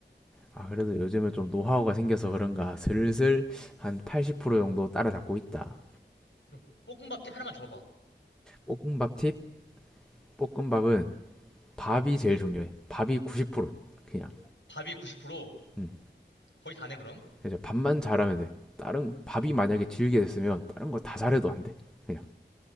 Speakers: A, in the centre; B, on the left.
A: 아, 그래도 요즘에 좀 노하우가 생겨서 그런가 슬슬 한 80% 정도 따라잡고 있다.
B: 그럼 볶음밥팁 하나만 줘봐봐.
A: 볶음밥 팁? 볶음밥은 밥이 제일 중요해. 밥이 90% 그냥.
B: 밥이 90%
A: 음.
B: 거의 다네, 그럼.
A: 그래서 밥만 잘하면 돼. 다른 밥이 만약에 질게 됐으면 다른 거 다 잘해도 안 돼. 그냥.